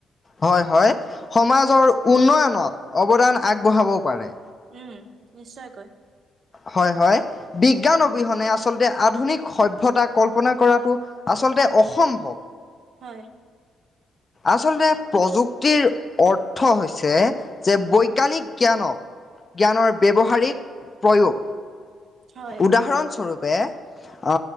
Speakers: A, on the left (about 35°); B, on the right (about 65°).
A: হয়, হয়, সমাজৰ উন্নয়নত অৱদান আগবঢ়াবও পাৰে।
B: উম, নিশ্চয়কৈ।
A: হয়, হয়, বিজ্ঞান অবিহনে আচলতে আধুনিক সভ্যতা কল্পনা কৰাটো আচলতে অসম্ভৱ।
B: হয়
A: আচলতে প্ৰযুক্তিৰ অৰ্থ হৈছে যে বৈজ্ঞানিক জ্ঞানক জ্ঞানৰ ব্যৱহাৰিক প্ৰয়োগ।
B: হয়
A: উদাহৰণস্বৰূপে অ,